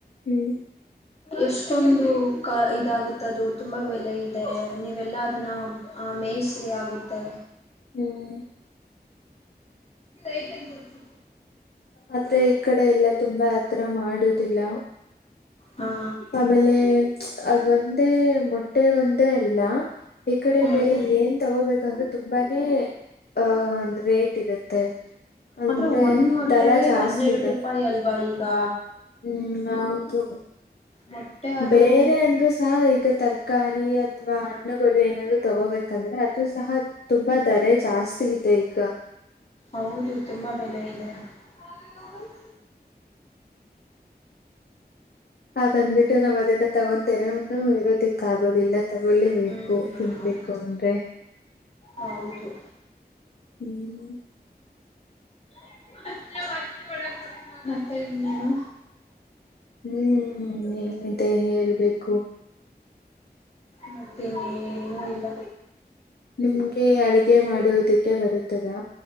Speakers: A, on the left; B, on the left.
A: ಹ್ಮ್
B: ಎಷ್ಟೊಂದು ಕ ಇದಾಗು ದು ತುಂಬಾ ಬೆಲೆ ಇದೆ ನೀವೆಲ್ಲಾ ಅದನ್ನ ಮೇಸರಿ ಆಗುತ್ತೆ
A: ಹ್ಮ್
B: ೈತನ್ ಕೊಡ್ತು
A: ಆದ್ರೆ ಈ ಕಡೆ ಎಲ್ಲ ತುಂಬಾ ಆತರ ಮಾಡುದಿಲ್ಲ
B: ಹಾ
A: ಅಮೇಲೆ ಅದ ಒಂದೇ ಮೊಟ್ಟೆ ಒಂದೇ ಅಲ್ಲ ಈ ಕಡೆ
B: ಹ್ಮ್
A: ಮೇರೆ ಏನ್ ತಗೋಬೇಕಂದ್ರರು ತುಂಬಾನೇ ಆಹ ಒಂದ್ ರೇಟ್ ಇರುತ್ತೆ ಅಂದ್ರೆ
B: ಆದ್ರೆ ಒಂದ್ ಮೊಟ್ಟೆಗೆ
A: ದರ ಜಾಸ್ತಿ
B: ಹನ್ನೆರಡು
A: ಇದೆ
B: ರೂಪಾಯಿ ಅಲ್ವಾ ಇದು್ ಗ
A: ಹ್ಮ್ ಹೌದು
B: ಮೊಟ್ಟೆ ಆದ್ರೂ
A: ಬೇರೆ ಅಂದ್ರೂ ಸ ಈಗ ತರಕಾರಿ. ಹ್ಮ್ಮ್ ಹಣ್ಣುಗಳು ಏನಾದ್ರು ತಗೋಬೇಕಂದ್ರೆ ಅದು ಸಹ ತುಂಬಾ ದರೆ ಜಾಸ್ತಿ ಇದೆ ಈಗ.
B: ಹೌದು ತುಂಬಾ ಬೆಲೆ ಇದೆ. ಹಾ. <inaudible>
A: ಅದಂದ್ಬಿಟ್ಟು ನಾವ್ ಅದನ್ನ ತಗೊಂಡ್ದೇನೇ ಇರೋದಿಕ್ಕ ಆಗೋದಿಲ್ಲ. ತಗೊಳ್ಳಿಬೇಕು
B: ಹ್ಮ್
A: ತಿನ್ಬೇಕು ಅಂದ್ರೆ.
B: ಹೌದು
A: ಹ್ಮ್
B: <unintelligible> ಮತ್ತೆ ಇನ್ನೇನು.
A: ಹ್ಮ್ ಏನಿದೆ ಹೇಳ್ಬೇಕು.
B: ಮತ್ತೆನ್ನನುೂ ಇಲ್ಲ.
A: ನಿಮ್ಗೆ ಅಡುಗೆ ಮಾಡುವುದಕ್ಕೆ ಬರುತ್ತದಾ.